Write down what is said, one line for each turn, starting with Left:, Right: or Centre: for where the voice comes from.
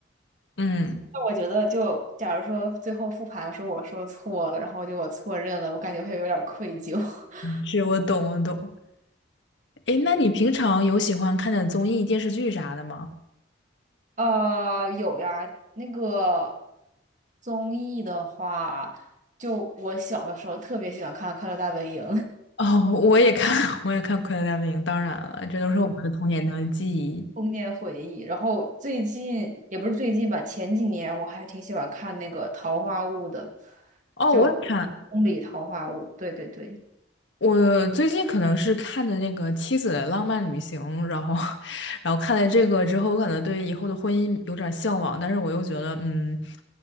Left: 嗯，
Right: 那我觉得就假如说最后复盘说我说错了，然后就我错认了，我感觉会有点儿愧疚。<laughs>
Left: 是我懂，我懂。诶，那你平常有喜欢看的综艺、
Right: 对，
Left: 电视剧啥的吗？
Right: 呃，有呀，那个综艺的话，就我小的时候特别喜欢看《快乐大本营》
Left: 哦，我也看，<laughs> 我也看《快乐大本营》，当然了，这都是我们的童年的记忆。
Right: <laughs> 童年回忆，然后最近也不是最近吧，前几年我还挺喜欢看那个《桃花坞》的，
Left: 哦，
Right: 就
Left: 我也看，
Right: 宫里桃花坞，对对对。
Left: 我最近可能是看的那个《妻子的浪漫旅行》，然后，<laughs> 然后看了这个之后，我可能对以后的婚姻有点向往，但是我又觉得，嗯，